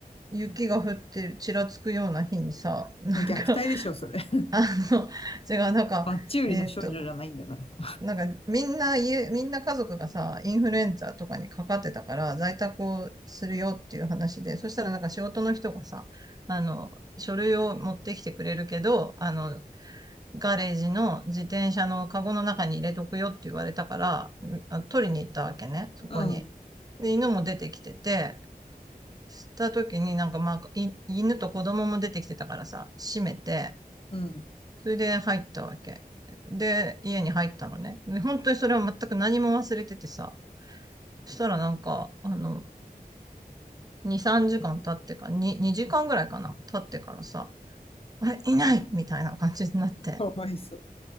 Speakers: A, on the right; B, on the left.
A: 雪が降ってる、ちらつくような日にさ、なんか、
B: ん虐待でしょ、
A: <laughs>
B: それ。<laughs>
A: あの、違う、なんか、
B: マッチ売りの少女じゃないんだからさ。
A: えーっと、なんかみんな家、みんな家族がさ、インフルエンザとかにかかってたから、在宅をするよっていう話で、そしたらなんか仕事の人がさ、あの、書類を持ってきてくれるけど、あの、ガレージの自転車のカゴの中に入れとくよって言われたから、あ取りに行ったわけね、そこに。
B: うん。
A: で、犬も出てきてて、した時になんかまあ、い犬と子供も出てきてたからさ、閉めて、
B: うん。
A: それで入ったわけ。で、家に入ったのね。で、本当にそれは全く何も忘れててさ、そしたらなんか、あの、2、3時間経ってか、に2時間ぐらいかな、経ってからさ、あれ、いないみたいな感じになって。
B: かわいそう。